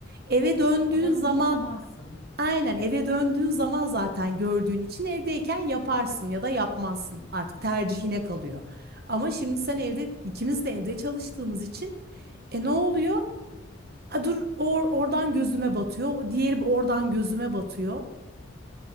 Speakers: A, on the right; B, on the left.
A: eve döndüğün
B: O kadar
A: zaman
B: umursamazsın.
A: Aynen eve döndüğün zaman zaten gördüğün için evdeyken yaparsın ya da yapmazsın. Artık tercihine kalıyor. Ama şimdi sen evde ikimiz de evde çalıştığımız için e ne oluyor? A, dur or, oradan gözüme batıyor. o Diğeri oradan gözüme batıyor.